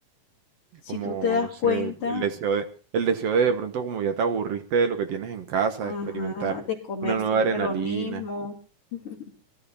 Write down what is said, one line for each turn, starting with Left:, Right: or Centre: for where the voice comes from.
Left: Si
Right: como,
Left: tú te das
Right: no sé,
Left: cuenta,
Right: el deseo de, el deseo de de pronto como ya te aburriste de lo que tienes en casa,
Left: Ajá,
Right: de experimentar
Left: de comer
Right: una nueva
Left: siempre
Right: adrenalina
Left: lo mismo, <laughs>